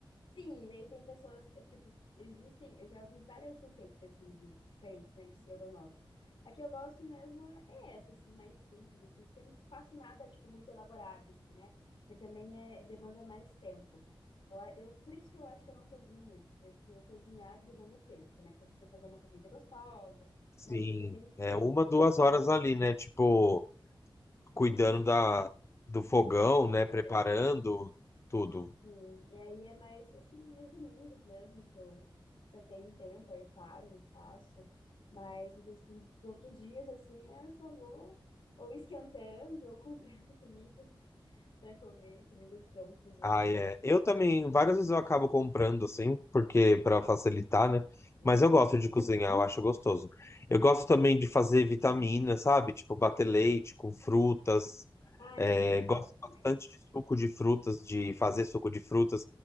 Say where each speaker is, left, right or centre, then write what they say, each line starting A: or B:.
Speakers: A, on the left (about 70°); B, on the left (about 30°).
A: Sim, daí tem pessoas que, tipo, existem, eu já ouvi várias receitas, assim, de, diferentes, né, de estrogonofe. A que eu gosto mesmo é é essa, assim, mais simples, assim, porque eu não faço nada, tipo, muito elaborado, assim, né? Porque também é, demanda mais tempo. Eu, a- eu, por isso que eu acho que eu não cozinho muito, porque eu cozinhar demanda tempo, né? Pra você fazer uma comida gostosa,
B: Sim,
A: uma comida bem feita,
B: é uma, duas
A: assim,
B: horas ali, né? Tipo, cuidando
A: uhum,
B: da, do fogão,
A: da- do
B: né?
A: fogão.
B: Preparando tudo.
A: Sim, e aí é mais assim nos domingos mesmo que eu, que eu tenho tempo, aí paro e faço. Mas nos, nos outros dias, assim, é só vou ou esquentando ou <laughs> comprando comidas para comer, comidas prontas já.
B: Ah, é. Eu também, várias vezes eu acabo comprando, assim, porque para facilitar, né?
A: Uhum.
B: Mas eu gosto de cozinhar, eu acho gostoso. Eu gosto também de fazer vitamina, sabe? Tipo, bater leite com frutas.
A: Ai,
B: É,
A: sim, adoro
B: gosto
A: também.
B: bastante de suco de frutas, de fazer suco de frutas,